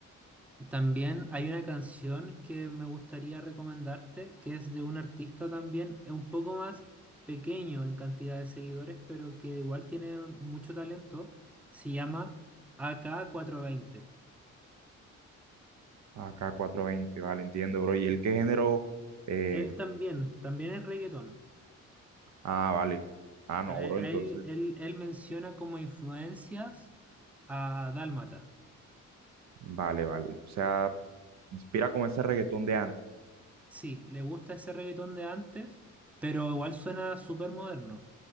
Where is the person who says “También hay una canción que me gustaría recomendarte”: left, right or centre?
Centre